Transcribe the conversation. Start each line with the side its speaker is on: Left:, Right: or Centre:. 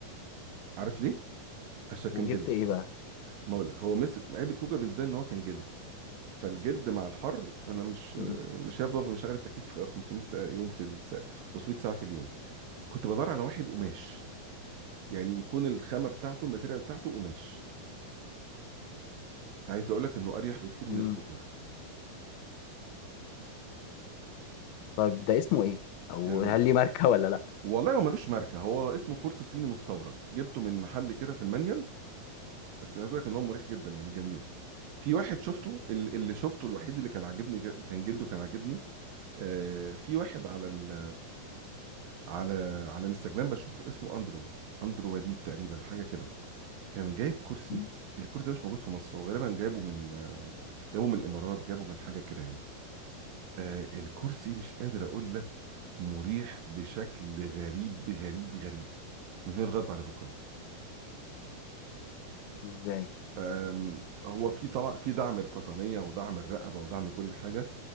Right: عارف ليه عشان كان
Left: وجبت
Right: جلد
Left: ايه بقى
Right: ما اقول لك هو مسك عيب الكوجر بالنسبه لي ان هو كان جلد فالجلد مع الحر انا مش
Left: امم
Right: مش هفضل أفضل مشغل التكييف 500 ساعة يوم في الساعة 500 ساعه في اليوم كنت بدور على واحد قماش يعني يكون الخامه بتاعته الماتيريال بتاعته قماش عايز اقول لك انه اريح بكتير من
Left: امم
Right: الكوجر
Left: طيب ده اسمه ايه او
Right: آه
Left: هل ليه ماركه ولا لا
Right: والله هو ملوش ماركه هو اسمه كورسو صيني مستورد جبته من محل كده في المانيال بس عايز اقول لك ان هو مريح جدا يعني جميل في واحد شفته ال- اللي شفته الوحيد اللي كان عاجبني كان جده كان عاجبني آه، في واحد على ال على على الانستجرام بشوفه اسمه اندرو اندرو وديد تقريبا حاجه كده كان جايب كرسي
Left: مم.
Right: الكرسي ده مش موجود في مصر هو غالبا جايبه من آه، جابه من الامارات جابه من حاجه كده يعني آه، الكرسي مش قادر اقول لك مريح بشكل غريب غريب غريب من هنا لغايه بعد بكره
Left: ازاي
Right: آم، هو في طبعا في دعم القطنيه ودعم الرقبه ودعم كل حاجه